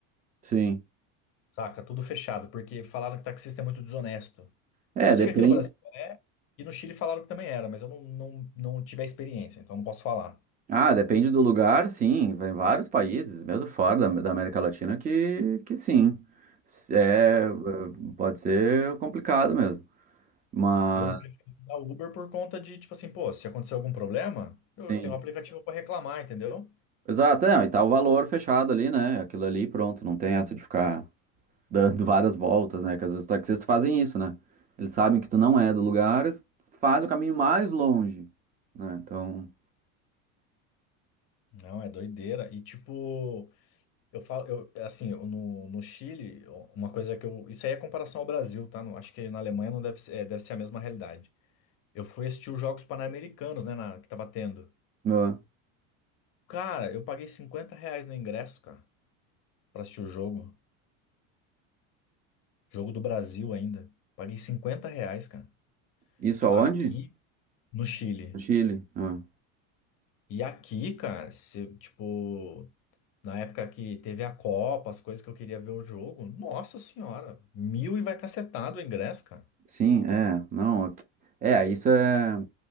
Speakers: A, on the right; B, on the left.
A: sim.
B: saca? Tudo fechado, porque falaram que taxista é muito desonesto.
A: É,
B: Eu sei
A: depende.
B: que aqui no Brasil é, e no Chile falaram que também era, mas eu não, não, não tive a experiência, então não posso falar.
A: Ah, depende do lugar, sim, vai em vários países, mesmo fora da, da América Latina, que, que sim, é, pode ser complicado mesmo. Mas.
B: Eu prefiro usar o Uber por conta de, tipo assim, pô, se acontecer algum problema,
A: Sim.
B: eu tenho um aplicativo pra reclamar, entendeu?
A: Exato, é, e tá o valor fechado ali, né? Aquilo ali, pronto, não tem essa de ficar dando <laughs> várias voltas, né? Que às vezes os taxistas fazem isso, né? Eles sabem que tu não é do lugar, eles fazem o caminho mais longe, né? Então,
B: Não, é doideira. E tipo, eu falo, eu, assim, eu, no, no Chile, uma coisa que eu. Isso aí é comparação ao Brasil, tá? Não, acho que na Alemanha não deve ser, é, deve ser a mesma realidade. Eu fui assistir os Jogos Pan-Americanos, né, na, que tava tendo.
A: ah,
B: Cara, eu paguei 50 reais no ingresso, cara, pra assistir o jogo. Jogo do Brasil ainda. Paguei 50 reais, cara.
A: isso aonde?
B: Aqui no Chile.
A: No Chile. ah.
B: E aqui, cara, se, tipo, na época que teve a Copa, as coisas que eu queria ver o jogo, nossa senhora, mil e vai cacetado o ingresso, cara.
A: Sim, é, não, aqui- é, isso é.